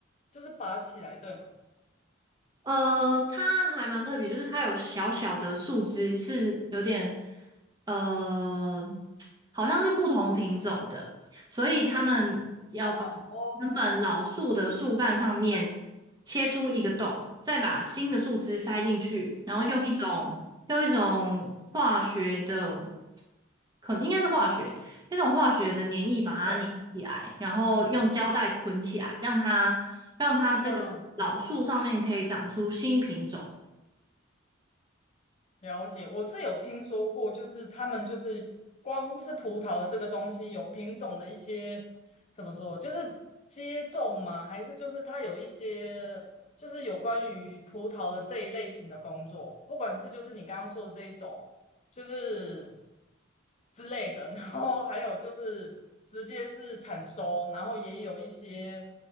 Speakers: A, on the left (about 30°); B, on the right (about 20°).
A: 就是拔起来，对吗？
B: 呃，它还蛮特别，就是它有小小的树枝，是有点呃，好像是不同品种的，所以他们要把
A: 嗯，哦，
B: 原本老树的树干上面
A: 就是
B: 切出一个洞，再把新的树枝塞进去，然后用一种用一种化学的
A: 哦，
B: 可应该是化学，一种化学的粘液把它粘起来，
A: 对，
B: 然后用胶带捆起来，让它让它这个老树上面可以长出新品种。
A: 嗯。了解，我是有听说过，就是他们就是光是葡萄的这个东西有品种的一些怎么说，就是接种吗？还是就是它有一些就是有关于葡萄的这一类型的工作，不管是就是你刚刚说的这一种，就是之类的，<laughs> 然后还有就是直接是产收，然后也有一些